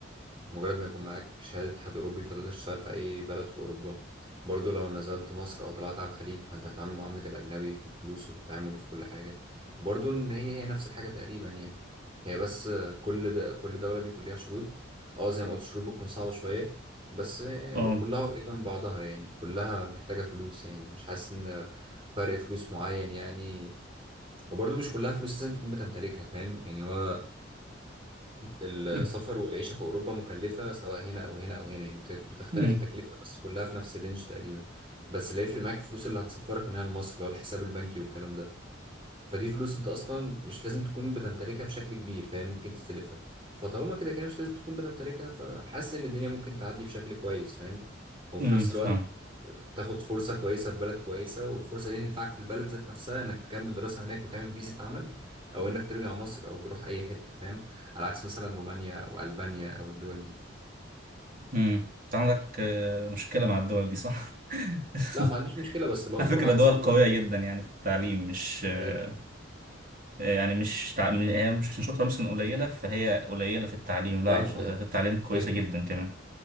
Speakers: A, on the right (about 25°); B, on the right (about 45°).
A: مجرد ما يكون معاك شهادة اتحاد اوروبي فتقدر تشتغل في اي بلد في اوروبا برضو لو نزلت مصر او طلعت على الخليج فانت هتتعامل معاملة الاجنبي في الفلوس وفي التعامل وفي كل حاجة وبرضو ان هي هي نفس الحاجة تقريبا يعني هي بس كل د... كل دولة بيكون ليها شروط اه زي ما قلت الشروط بتكون صعبة شوية بس
B: اه
A: كلها مم. قريبة من بعضها يعني كلها محتاجة فلوس يعني مش حاسس ان فرق فلوس معين يعني وبرضه مش كلها فلوس لازم تكون بتمتلكها فاهم يعني هو السفر
B: <laughs>
A: والعيشة في أوروبا مكلفة سواء هنا أو هنا أو هنا يعني بت- بتختلف
B: امم
A: التكلفة بس كلها في نفس الرينج تقريبا بس اللي هيفرق معاك الفلوس اللي هتسفرك من هنا لمصر اللي هو الحساب البنكي والكلام ده فدي فلوس أنت أصلا مش لازم تكون بتمتلكها بشكل كبير فاهم ممكن تستلفها فطالما كده كده مش لازم تكون بتمتلكها فحاسس إن الدنيا ممكن تعدي بشكل كويس فاهم وفي
B: امم
A: نفس
B: فاهم
A: الوقت تاخد فرصة كويسة في بلد كويسة والفرصة دي تنفعك في البلد ذات نفسها انك تكمل دراسة هناك وتعمل فيزا عمل او انك ترجع مصر او تروح اي حتة فاهم على عكس مثلا رومانيا او البانيا او الدول دي
B: امم انت عندك آه، مشكلة مع الدول دي صح؟ <laughs>
A: لا ما عنديش مشكلة بس لو
B: على
A: طالما
B: فكرة دول
A: هتسافر
B: قوية
A: هت-
B: جدا يعني في التعليم مش آه،
A: هي-
B: يعني مش تع... هي مش عشان شاطرة مثلا قليلة فهي قليلة في التعليم لا
A: فاهم
B: عش-
A: قصدي
B: في التعليم كويسة
A: هي كده
B: جدا كمان